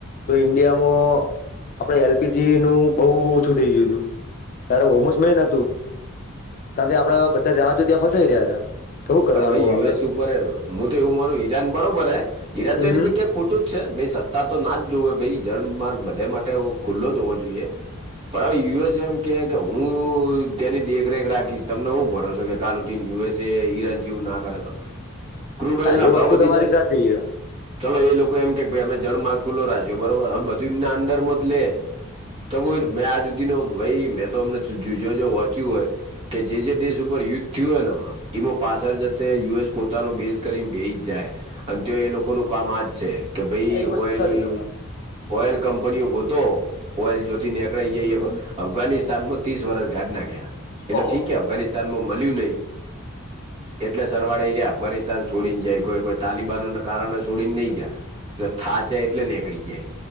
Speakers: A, on the left (about 40°); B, on the right (about 30°).
A: તો ઈન્ડિયામાં આપડે એલ પી જી નું બહુ ઓછું થઇ ગયું હતું ત્યારે હોમોસ મેન હતું કારણ કે આપડાે બધા જહાજો ત્યાં ફસાઈ રહ્યા હતા તો શું કરવાનું
B: પણ ભાઈ
A: આપડે
B: યુએસ ઉપર હું તો એવું માનું ઈરાન બરોબર હે ઈરાન
A: હમ
B: તો એની જગ્યા ખોટું જ છે ભાઈ સત્તા તો ના જ જોવે ભ જળ માર્ગ બધે માટે ખુલ્લો જ હોવો જોઈએ પણ હવે યુએસ એમ કે કે હું તની દેખરેખ રાખીશ તમને હું ભરો છો કે કાલ ઉઠીને યુએસ એ ઈરાન જેવું ના કરે તો ક્રુડ ઓઇલ
A: હા
B: ના
A: એ
B: ભાવ
A: વસ્તુ
B: વધી
A: તમારી
B: જાય
A: સાચી છે.
B: ચલો એ લોકો એમ કે ભાઈ અમે જળમારગ ખુલ્લો રાખો બરોબર હવે બધું એમના અંદર માં જ લે તો કોઈ મેં આ જુદી ન ભાઈ મેં તો અમને જોજ વહંચ્યું હોય કે જે જે દેશ ઉપર યુદ્ધ થયું હોય ને એમાં પાછળ જતે યુએસ પોતાનો બેઝ કરીને બે જ જાય અને તે એ લોકોનું કામ આજ છે કે ભાઈ
A: એ
B: ઓઇલ
A: વસ્તુ સાચી તમારી
B: ઓઈલ કંપનીઓ ગોતો ઓઇલ જોતી નીકળ જ
A: હમ હમ
B: અફઘાનિસ્તાનમાં ત્રીસ વર્ષ ગાઢ નાખ્યા એ તો
A: ઓહો
B: ઠીક કે
A: હો.
B: અફઘાનિસ્તાનમાં મળ્યું નહીં એટલે સરવાળ એ રહ્યા અફઘાનિસ્તાન છોડીને જાય કોઈ કોઈ તાલિબાનોને કારણે છોડીને નહીં જાય તો થા જાય એટલે નેનીકળી જાય